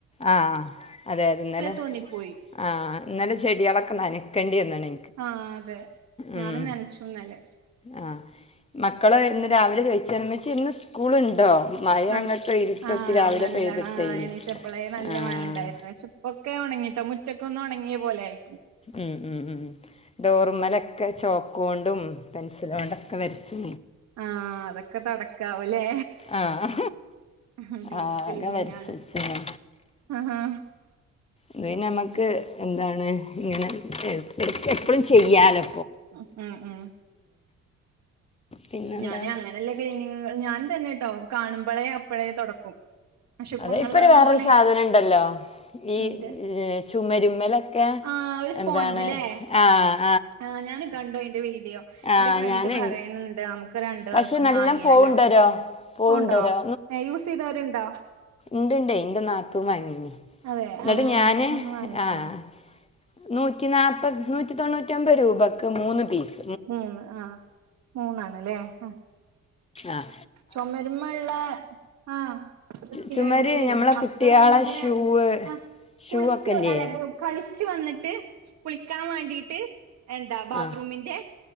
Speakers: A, on the left; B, on the right.
A: ആഹ് അതെ അതെ ഇന്നലെ
B: തോന്നിപ്പോയി
A: ആഹ ഇന്നലെ ചെടികളൊക്കെ നനക്കേണ്ടി <unintelligible>
B: ആഹ അതെ ഞാനും
A: ഉം
B: നനച്ചുന്നലെ
A: ആഹ് മക്കള് ഇന്ന് രാവിലെ ചോയ്ചെണ് മ്മച്ചീ ന്ന് സ്കൂളുണ്ടോ? മഴ
B: ആ
A: അങ്ങട്ട് ഇരുട്ടത്ത്
B: ആഹ്
A: രാവിലെ
B: നല്ലണം
A: പെയ്തിട്ടേ
B: ആ എണീച്ചപ്പളേ നല്ല
A: ആഹ്
B: മഴണ്ടായിരുന്നു പക്ഷെ പ്പൊക്കെ ഉണങ്ങി ട്ടൊ മുറ്റക്ക ഒന്നുണങ്ങ്യപോലെ ആയി
A: ഉം ഉം ഉം ഡോർമലൊക്കെ ചോക്കോ ണ്ടും പെൻസിലോണ്ടൊക്കെ വരച്ച്
B: ആഹ അതൊക്കെ തൊടക്കാവുലെ.
A: ആഹ്
B: ഉം ഹും ഡീപ്
A: ആകെ
B: ക്ലീനിങ്
A: വരച്ചച്ച്ണ്
B: ആണ് ആഹ് അ ഹാ
A: അത് നമ്മക്ക് എന്താണ് ങ്ങനെ എടക്ക് എപ്പഴും ചെയ്യാലോ
B: ഉ ഉംഉം
A: പിന്നെന്താ
B: ഞാന് അങ്ങനല്ല <unintelligible> നിങ്ങൾ ഞാൻ തന്നെ ട്ടോ കാണുമ്പളേ അപ്പഴേ തൊടക്കും പക്ഷെ ഇപ്പൊ
A: അതെ
B: ഇങ്ങള്
A: ഇപ്പര്
B: പറഞ്ഞ
A: വേറരു
B: പോലെ
A: സാധനുണ്ടല്ലോ ഈ
B: നിന്റെ
A: ചുമരുമ്മലൊക്കെ
B: ആ ഒരു സ്പോഞ്ച്ലേ
A: എന്താണ് ആഹ ആ
B: ആ ഞാനും കണ്ടു അയ്‌ന്റെ വീഡിയോ
A: ആഹ്
B: ന്റെ ഫ്രണ്ട്
A: ഞാന്
B: പറയ്ണണ്ട് അമുക്ക് രണ്ട് പേർക്കും
A: പക്ഷെ നല്ല
B: വാങ്ങിയാലോ
A: പോവുണ്ടരോ പോവുണ്ടരോ
B: പോണ്ടോ ഏ യൂസ് ചെയ്തോര്ണ്ടോ?
A: ണ്ട്ണ്ട് ഇന്റെ നാത്തൂൻ വാങ്ങീന്
B: അതെ
A: ന്നിട്ട്
B: ആ
A: ഞാന്
B: ഒന്ന് വാങ്ങിക്കണം
A: ആഹ് നൂറ്റി നാല്പ്പത് നൂറ്റി തൊണ്ണൂറ്റി ഒമ്പത് രൂപയ്ക്ക് മൂന്ന് പീസ്.
B: മൂന്ന് ആഹ മൂന്നാണ്ല്ലേ ആ
A: ആഹ്
B: ചുമരമുള്ള ആഹ വൃത്തികേടുകളെ
A: ചുമര് ഞമ്മളെ
B: മക്കളെങ്ങനെ
A: കുട്ടിയാളെ ഷൂവ്
B: ആ
A: ഷൂ
B: കുളിച്ചു
A: ഒക്കെ ഇല്ലേ
B: അല്ല കളിച്ചു വന്നിട്ട് ട്ട് കുളിക്കാൻ വാണ്ടീട്ട് എന്താ ബാത്റൂമിന്റെ
A: ആ